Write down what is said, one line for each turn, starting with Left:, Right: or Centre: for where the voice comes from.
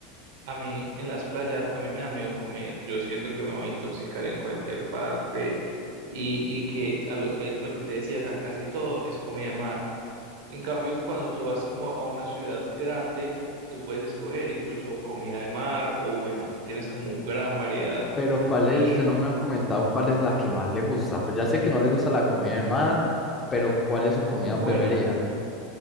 Right: A mí en las playas, a mí me da miedo comer. Yo siento que me voy a intoxicar en cualquier parte y, y que a lo, eh, lo que te decía, o sea, casi todo es comida de mar. En cambio, cuando tú vas como a una ciudad grande, tú puedes escoger incluso comida de mar o bueno, tienes como gran variedad.
Left: Pero ¿cuál es?
Right: Y
Left: Usted no me ha comentado cuál es la que más le gusta. Pues ya sé que no le gusta la comida de mar, pero ¿cuál es su comida
Right: bueno,
Left: preferida?